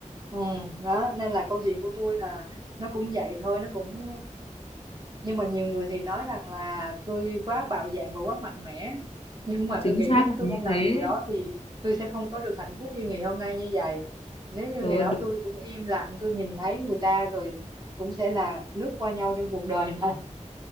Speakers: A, on the right; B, on the left.
A: ừ đó nên là câu chuyện của tôi là nó cũng vậy thôi nó cũng nhưng mà nhiều người thì nói rằng là tôi quá bạo dạn và quá mạnh mẽ nhưng mà
B: chính
A: tôi nghĩ
B: xác
A: nếu
B: là
A: tôi
B: như
A: không làm
B: thế
A: điều đó thì tôi sẽ không có được hạnh phúc như ngày hôm nay như vậy nếu như
B: rồi
A: ngày đó
B: đúng
A: tôi cũng im lặng tôi nhìn thấy người ta rồi cũng sẽ là lướt qua nhau trong cuộc đời này <laughs>